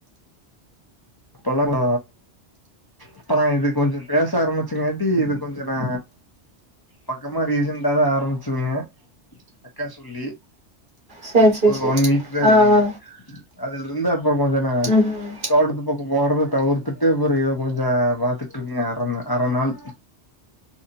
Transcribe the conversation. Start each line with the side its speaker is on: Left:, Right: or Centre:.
Left: இப்பல்லா ல்ல இப்ப நா இது கொஞ்சோ பேச ஆரம்பிச்சங்காட்டி இது கொஞ்சோ நா பக்கமா ரீசன்டா தா ஆரம்பிச்சதுங்க அக்கா சொல்லி
Right: சரி சரி
Left: ஒரு
Right: சரி
Left: ஒன் வீக் தா இருக்குங்க
Right: ஆ ஆ
Left: அதுல இருந்து அப்புறோ கொஞ்சோ நா
Right: ம் ம்
Left: தோட்டத்து க்கு போறத தவிர்த்துட்டு ஒரு இத கொஞ்சோ பாத்துட்ருக்கங்க அறந அர நாள்